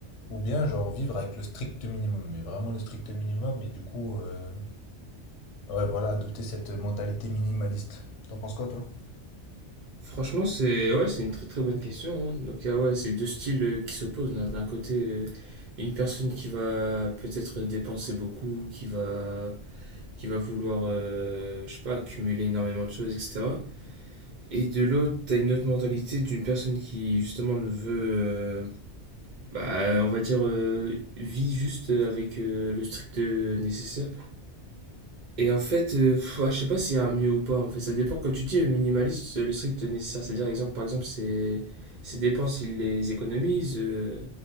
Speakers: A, on the left; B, on the right.
A: ou bien genre vivre avec le strict minimum mais vraiment le strict minimum et du coup... euh, Ouais, voilà, adopter cette mentalité minimaliste. T'en penses quoi, toi?
B: Franchement, c'est ouais, c'est une très très bonne question. hein. Donc, euh, ouais, c'est deux styles euh, qui s'opposent. On a d'un côté euh, une personne qui va peut-être dépenser beaucoup, qui va qui va vouloir, euh, je sais pas, accumuler énormément de choses, etc. Et de l'autre, t'as une autre mentalité d'une personne qui justement ne veut, euh, bah, on va dire, euh, vit juste avec euh, le strict euh, nécessaire et en fait, euh, pff, ouais, je sais pas s'il y a un mieux ou pas. En fait, ça dépend. Quand tu dis euh, minimaliste, euh, le strict nécessaire, c'est-à-dire, exemple, par exemple, ses, ses dépenses, il les économise. euh,